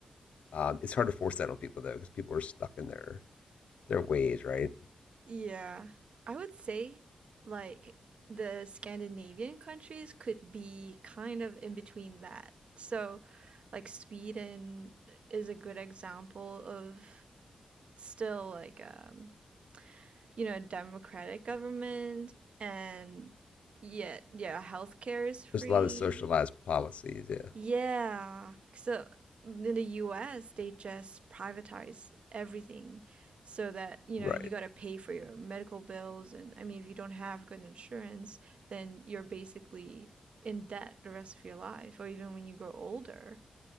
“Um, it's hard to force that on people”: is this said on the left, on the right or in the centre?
Left